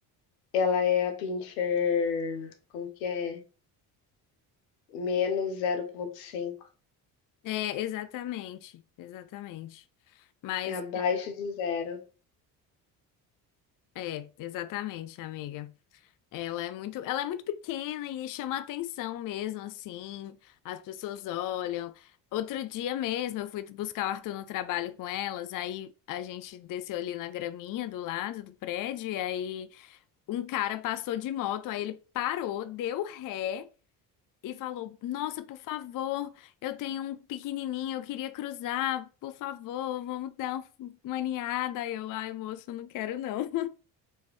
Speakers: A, on the left (about 80°); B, on the left (about 45°).
A: ela é a Pinscher como que é? Menos zero ponto cinco
B: É, exatamente, exatamente. Mas
A: é abaixo de zero
B: é, exatamente, amiga. Ela é muito, ela é muito pequena e chama atenção mesmo, assim. As pessoas olham. Outro dia mesmo, eu fui buscar o Arthur no trabalho com elas, aí a gente desceu ali na graminha do lado do prédio, e aí um cara passou de moto, aí ele parou, deu ré e falou: Nossa, por favor, eu tenho um pequenininho, eu queria cruzar, por favor, vamos dar uma aninhada. Aí eu, ai, moço, não quero não.